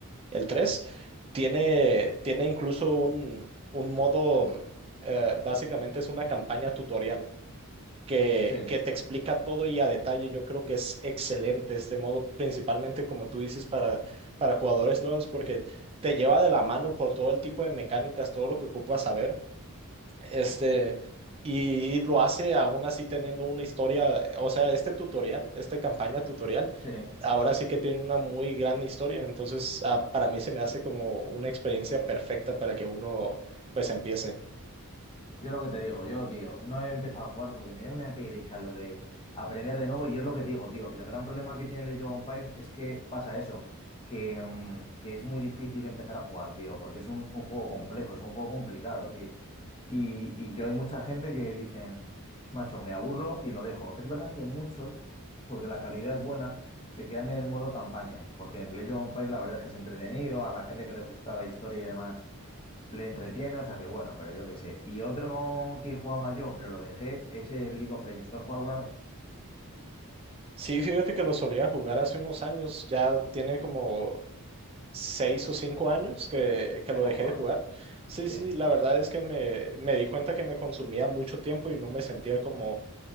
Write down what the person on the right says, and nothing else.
el 3 tiene, tiene incluso un, un modo, eh, básicamente es una campaña tutorial que,
que te explica todo y a detalle. Yo creo que es excelente este modo, principalmente como tú dices, para, para jugadores nuevos, porque te lleva de la mano por todo el tipo de mecánicas, todo lo que ocupas saber. Este, y, y lo hace aún así teniendo una historia, o sea, este tutorial, esta campaña tutorial,
ahora sí que tiene una muy gran historia. Entonces, ah, para mí se me hace como una experiencia perfecta para que uno pues empiece.
Sí, fíjate que lo solía jugar hace unos años, ya tiene como seis o cinco años que, que
lo
dejé
de jugar. Sí, sí,
la verdad es que me, me di cuenta que me consumía mucho tiempo y no me sentía como,